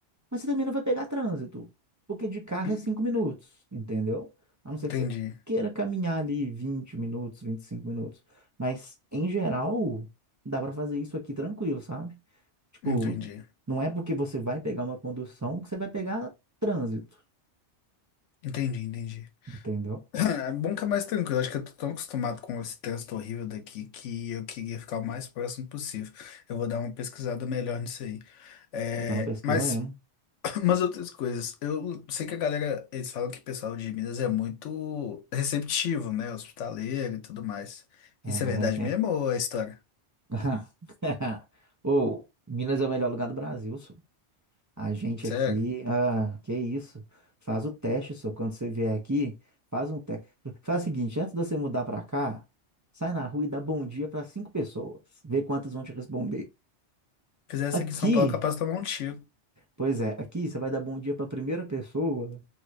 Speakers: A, on the right (about 30°); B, on the left (about 85°).
A: mas você também não vai pegar trânsito, porque de carro
B: En-
A: é 5 minutos, entendeu? A não ser
B: Entendi.
A: que você queira caminhar ali 20 minutos, 25 minutos. Mas em geral, dá pra fazer isso aqui tranquilo, sabe? Tipo,
B: Entendi.
A: não é porque você vai pegar uma condução que você vai pegar trânsito,
B: Entendi, entendi.
A: entendeu?
B: <clears throat> É bom que é mais tranquilo. Acho que eu tô tão acostumado com esse texto horrível daqui que eu queria ficar o mais próximo possível. Eu vou dar uma pesquisada melhor nisso aí. É,
A: Não, é pesquisa
B: mas
A: mesmo.
B: <clears throat> umas outras coisas. Eu sei que a galera, eles falam que o pessoal de Minas é muito receptivo, né? Hospitaleiro e tudo mais.
A: É
B: Isso
A: a
B: é
A: galera
B: verdade
A: que
B: mesmo
A: é.
B: ou é história?
A: <laughs> Ô, Minas é o melhor lugar do Brasil, só. A gente
B: Sério?
A: aqui, ah, que isso. Faz o teste, só. Quando você vier aqui, faz um teste. Faz o seguinte, antes de você mudar pra cá, sai na rua e dá bom dia pra cinco pessoas. Vê quantas vão te responder.
B: Fizesse
A: Aqui,
B: aqui em São Paulo, é capaz de tomar um tiro.
A: Pois é, aqui você vai dar bom dia para a primeira pessoa.